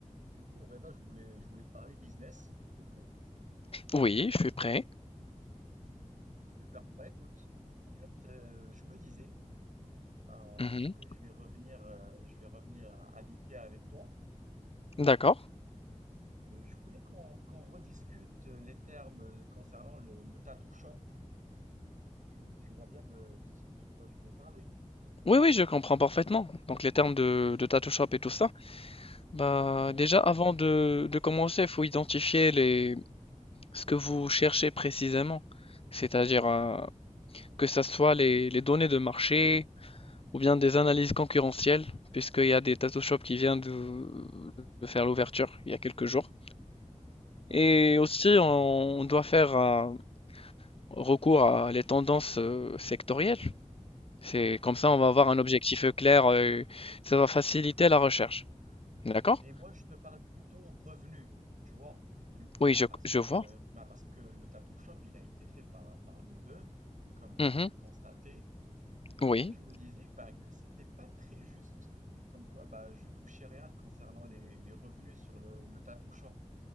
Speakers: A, on the right; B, on the left.
A: Du coup, Reda, je voulais, je voulais te parler business. T'es prêt?
B: Oui, je suis prêt.
A: Super. Bah écoute, En fait, euh, je me disais, bah,
B: Mmh
A: puisque je vais revenir, euh, je vais revenir à habiter avec toi,
B: D'accord.
A: euh, je voulais qu'on qu'on rediscute euh, les termes euh, concernant le, le tattoo shop. Tu, tu vois bien de, de, de quoi je veux parler.
B: Oui, oui, je comprends parfaitement. Donc les termes de de Tattoo Shop et tout ça. Bah,
A: Exactement.
B: déjà avant de de commencer, il faut identifier les ce que vous cherchez précisément. C'est-à-dire, heu, que ça soit les les données de marché ou bien des analyses concurrentielles, puisqu'il y a des Tattoo Shop qui vient de de faire l'ouverture il y a quelques jours.
A: D'accord.
B: Et aussi on on doit faire, heu, recours à les tendances, heu, sectorielles. C'est comme ça,
A: Ouais,
B: on va avoir
A: bien sûr.
B: un objectif, clair, heu, ça va faciliter la recherche. D'accord?
A: Mais moi, je te parle plutôt revenu, tu vois. Du coup,
B: Oui, je
A: parce
B: je
A: que,
B: vois.
A: bah parce que le tattoo shop, il a été fait par, par nous deux, comme tu
B: Mmh
A: peux le constater. Et
B: Oui,
A: moi, je me disais bah, que c'était pas très juste, comme quoi bah, je touchais rien concernant les, les revenus sur le, le tattoo shop.